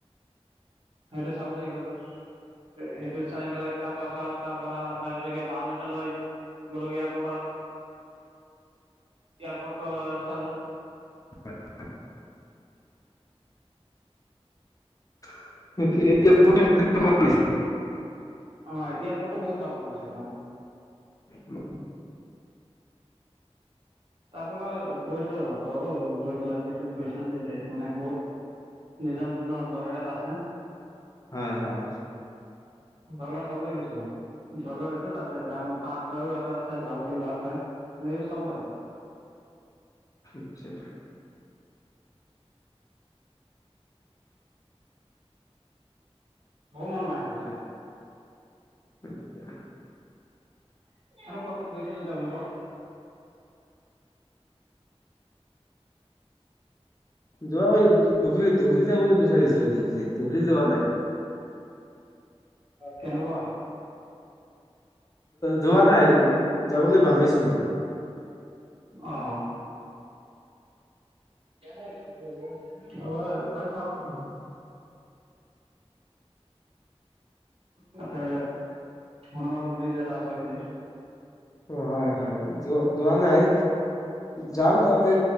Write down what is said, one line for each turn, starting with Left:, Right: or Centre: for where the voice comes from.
Right: সেইটো চাবলে গলো। সেইটো চাই পেলাই তাৰ পাছত- তাৰ পৰা চাৰিচকীয়া বাহন এটা লৈ বোলো এয়াৰপৰ্টত- এয়াৰপ'ৰ্টো চালো।
Left: <unintelligible> <unintelligible>
Right: অ এয়াৰপৰ্ট টো বহুত ভাল বনাইছে এইটো
Left: উম উম
Right: তাৰ পৰা গৈছো আকৌ গৈ পেলাই দিল্লীত গৈছো দিল্লীত মানে বহুত নিজৰ মতে ন দৰকাৰ এটা আছে।
Left: হয় হয়।
Right: দৰকাৰ চাবলৈ গৈছ দৰকাৰছে তাৰ ডাঙৰ পাৰ্ক আৰু এটা আছে লালকিল্লা আছে এনেকে চাব পৰিব
Left: আচ্চা
Right: বহু মানুহ আহে তাতে
Left: আচ্ছা
Right: আৰু কৰ'বাত গৈছে য ত আপোনালোক
Left: যোৱা ধবুৰী ধুবুৰী যাবলৈ বিচাৰিছো ধুবুৰীত ধুবুৰীত যাবা নাই।
Right: কেনেকুৱা
Left: যোৱা নাই যাম বুলি ভাবিছো মই।
Right: আহ এবাৰ গৈ চাওক।
Left: উম
Right: তাতে সুনা পালু বিজ এটা আছে বুলি।
Left: হয় হয় যোৱা যোৱা নাই যাম তাতে